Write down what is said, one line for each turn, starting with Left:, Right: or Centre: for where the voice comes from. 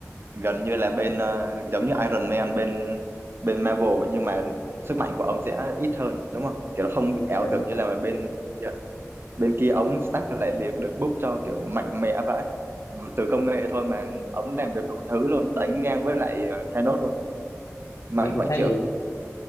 Right: gần như là bên ờ, giống như Iron Man bên bên Marvel nhưng mà sức mạnh của ông sẽ ít hơn đúng không kiểu nó không bị ảo
Left: để
Right: tưởng như là bên bên kia ống stack lại việc được book cho kiểu mạnh mẽ vãi từ công nghệ thôi mà ống làm được đủ thứ luôn đánh ngang với lại ờ, Thanos luôn mạnh
Left: thì cũng
Right: vãi
Left: thấy
Right: chưởng
Left: gì